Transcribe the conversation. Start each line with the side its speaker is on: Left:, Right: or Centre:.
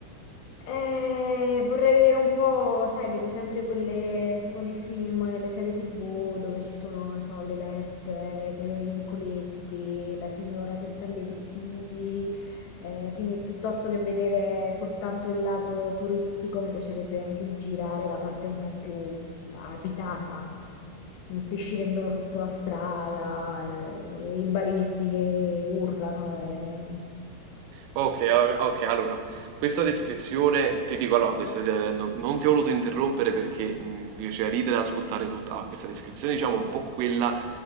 Left: Eh, vorrei vedere un po', sai, vedo sempre quelle tipo nei film, nelle serie TV dove ci sono, non so, le vespe, che, i vicoletti, la signora che stende i vestiti. eh, quindi piuttosto che vedere soltanto il lato turistico, mi piacerebbe anche girare la parte un po' più abitata. Il pescivendolo sotto la strada, eh, i baristi che urlano. eh.
Right: Ok, a- ok, allora, questa descrizione, ti dico allora, questa, eh, non, non ti ho voluto interrompere perché mh, mi faceva ridere ad ascoltare tutta ah, questa descrizione, diciamo un po' quella